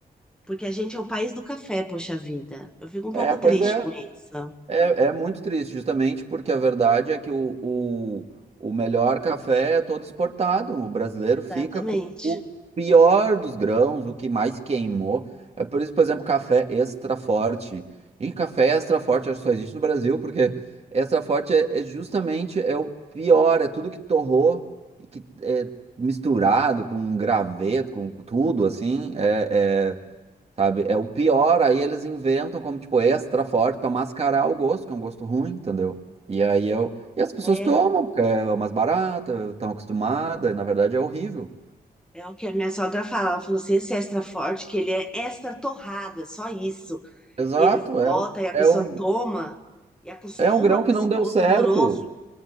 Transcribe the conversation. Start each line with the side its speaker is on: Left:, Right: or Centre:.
Centre: Porque a gente é o país do café, poxa vida. Eu fico um
Right: É,
Centre: pouco
Right: pois
Centre: triste
Right: é,
Centre: com isso.
Right: É, é muito triste, justamente porque a verdade é que o, o, o melhor café é todo exportado. O brasileiro
Centre: Exatamente.
Right: fica com o pior dos grãos, o que mais queimou. É por isso, por exemplo, café extra forte. E café extra forte acho que só existe no Brasil, porque extra forte é, é justamente é o pior, é tudo que torrou e que é misturado com graveto, com tudo assim. É, é- Sabe? É o pior, aí eles inventam como, tipo, extra forte pra mascarar o gosto, que é um gosto ruim, entendeu? E aí eu. E as pessoas
Centre: É,
Right: tomam, porque é mais barata, estão acostumadas, e na verdade é horrível.
Centre: é o que a minha sogra fala. Ela falou assim: esse extra forte, que ele é extra torrado, é só isso.
Right: Exato,
Centre: Eles botam
Right: é um,
Centre: e a
Right: é
Centre: pessoa
Right: um,
Centre: toma e acostuma
Right: é um grão que
Centre: com esse
Right: não deu
Centre: gosto
Right: certo.
Centre: horroroso.